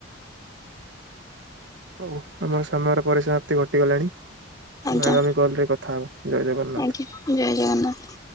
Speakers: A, on the right (about 65°); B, on the left (about 20°).
A: ହଉ ଆମର ସମୟର ପରିସମାପ୍ତି ଘଟିଗଲାଣି।
B: ଆଜ୍ଞା
A: ଆଗାମୀ କଲରେ କଥା ହବା ଜୟ ଜଗନ୍ନାଥ।
B: ଆଜ୍ଞା ଜୟ ଜଗନ୍ନାଥ।